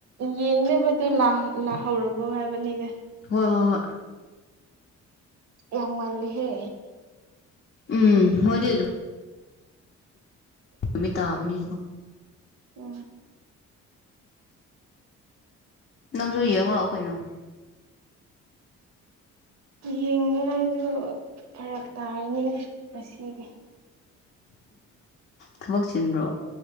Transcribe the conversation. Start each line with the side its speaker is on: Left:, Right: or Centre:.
Right: ꯌꯦꯡꯅꯕꯗ ꯂꯥꯛꯍꯧꯔꯕꯣ ꯍꯥꯏꯕꯅꯤꯒ
Left: ꯍꯣꯏ ꯍꯣꯏ ꯍꯣꯏ
Right: ꯌꯥꯝ ꯉꯜꯂꯤꯍꯦ
Left: ꯎꯝ ꯑꯣꯏꯗꯗ ꯎꯃꯤ ꯇꯥꯕꯅꯤ
Right: ꯑꯣꯝ
Left: ꯅꯪꯁꯨ ꯌꯦꯡꯂꯛꯑꯣ ꯀꯩꯅꯣ
Right: ꯌꯦꯡꯅꯤꯉꯥꯏꯗꯨ ꯐꯔꯛ ꯇꯥꯔꯅꯤ ꯉꯁꯤꯗꯤ
Left: ꯊꯕꯛ ꯆꯤꯟꯕ꯭ꯔꯣ